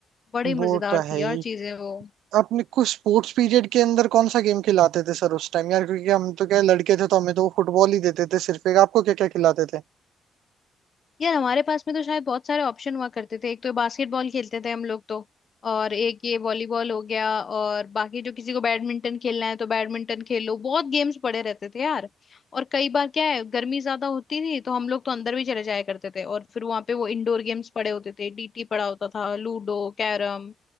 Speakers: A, on the left; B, on the right.
A: बड़े मजेदार
B: वो तो है
A: थी
B: ही
A: यार चीजें वो
B: आपने कुछ स्पोर्ट्स पीरियड के अंदर कौन सा गेम खिलाते थे सर उस टाइम यार क्योंकि हम तो क्या लड़के थे तो हमें तो वो फुटबॉल ही देते थे सिर्फ एक आपको क्या क्या खिलाते थे
A: यार हमारे पास में तो शायद बहुत सारे ऑप्शन हुआ करते थे एक तो बास्केटबॉल खेलते थे हम लोग तो और एक ये वॉलीबॉल हो गया और बाकी जो किसी को बैडमिंटन खेलना है तो बैडमिंटन खेलो बहुत गेम्स पड़े रहते थे यार और कई बार क्या है गर्मी ज्यादा होती थी तो हम लोग तो अंदर भी चले जाया करते थे और फिर वहां पे वो इंडोर गेम्स पड़े होते थे डीटी पड़ा होता था लूडो कैरम